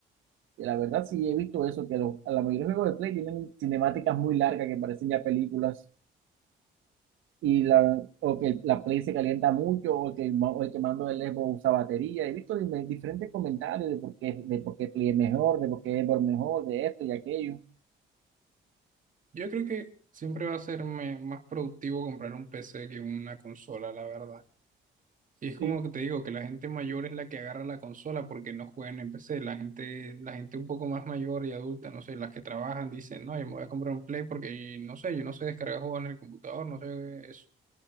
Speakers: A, on the right; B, on the right.
A: Y la verdad sí he visto eso, que los- a la mayoría de juegos de Play tienen cinemáticas muy largas que parecen ya películas. Y la, o que la Play se calienta mucho, o que el, ma- o el que mando del Xbox usa batería. He visto dime- diferentes comentarios de por qué, de por qué Play es mejor, de por qué Xbox mejor, de esto y aquello.
B: Yo creo que siempre va a ser me- más productivo comprar un PC que una consola, la verdad. Y es
A: Sí.
B: como que te digo, que la gente mayor es la que agarra la consola porque no juegan en PC. La gente, la gente un poco más mayor y adulta, no sé, las que trabajan dicen, no, yo me voy a comprar un Play porque, no sé, yo no sé descargar juegos en el computador, no sé eso.